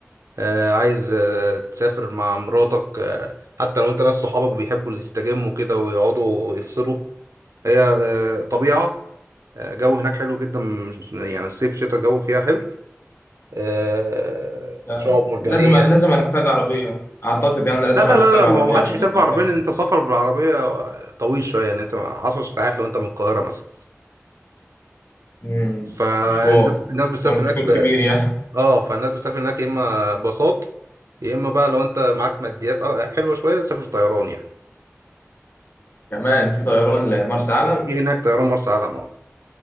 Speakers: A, on the right; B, on the left.
A: آه عايز آه تسافر مع مراتك آه حتى لو انت ناس صحابك بيحبوا يستجموا كده ويقعدوا يفصلوا هي آه طبيعه آه جو هناك حلو جدا مش- يعني الصيف شتاء الجو فيها حلو آه
B: لا،
A: شعاب مرجانيه
B: لازم لازم هنحتاج عربية اعتقد يعني لازم
A: لا لا
B: هنحتاج
A: لا لا
B: عربية
A: ما هو محدش
B: عشان
A: بيسافر
B: المسافة
A: بعربية لأن أنت سفر بالعربية طويل شوية يعني أنت 10 ساعات لو أنت من القاهرة مثلا
B: مم.
A: فالناس
B: مشوار
A: الناس بتسافر
B: مشوار مشوار
A: هناك ب...
B: كبير يعني
A: أه فالناس بتسافر هناك يا إما باصات يا إما بقى لو أنت معاك ماديات آه، حلوة شوية سافر طيران يعني
B: كمان في طيران لمرسى علم
A: في هناك طيران مرسى علم أه